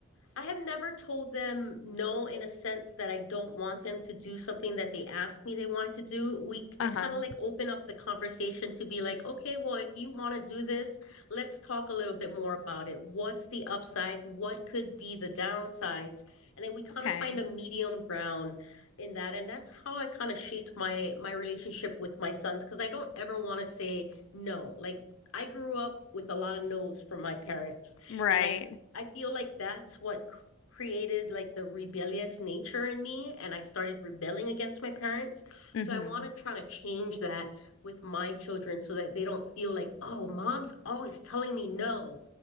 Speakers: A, on the left; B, on the left.
A: I have never told them no in a sense that I don't want them to do something that they ask me they wanted to do. We I
B: Uh-huh.
A: kind of like open up the conversation to be like, okay, well, if you want to do this, let's talk a little bit more about it. What's the upsides? What could be the downsides? And then we kind
B: Okay.
A: of find a medium ground in that. And that's how I kind of shaped my my relationship with my sons because I don't ever want to say no like i grew up with a lot of no's from my parents
B: Right.
A: and i i feel like that's what c- created like the rebellious nature in me and i started rebelling against my parents
B: Mm-hmm.
A: so i want to try to change that with my children so that they don't feel like oh mom's always telling me no